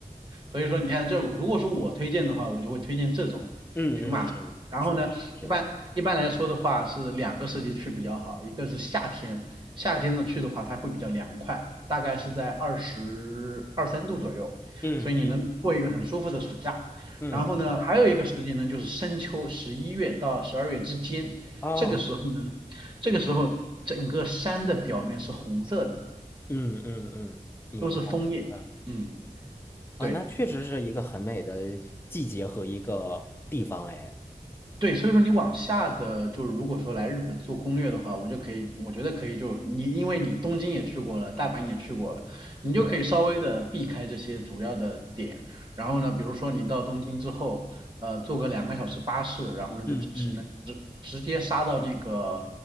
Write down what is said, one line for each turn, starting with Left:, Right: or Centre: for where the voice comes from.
Right: 所以说你看这如果说我推荐的话，我就会推荐这种群马。
Left: 嗯嗯嗯，
Right: 然后呢，
Left: 是的，是的，是的，
Right: 一般一般来说的话是两个时节去比较好，一个是夏天，夏天呢去的话它会比较凉快，大概是在二十二三度左右，
Left: 嗯嗯
Right: 所以你能过一个很舒服的暑假。
Left: 嗯，
Right: 然后呢，
Left: 嗯是的
Right: 还有一个时节呢就是深秋，十一月到十二月之间，
Left: 啊，
Right: 这个时候呢，这个时候整个山的表面是红色的，
Left: 嗯嗯嗯，明白。
Right: 都是枫叶。
Left: 嗯
Right: 嗯，
Left: 啊，
Right: 对。
Left: 那确实是一个很美的季节和一个地方哎。
Right: 对，所以说你往下的，就是如果说来日本做攻略的话，我就可以，我觉得可以就，你因为你东京也去过了，大阪也去过了，你就可以稍微的避开这些主要的点。
Left: 对，
Right: 然后呢，比如说你到东京之后，呃，坐个两个小时巴士，然后呢就只只能直直接杀到那个
Left: 嗯嗯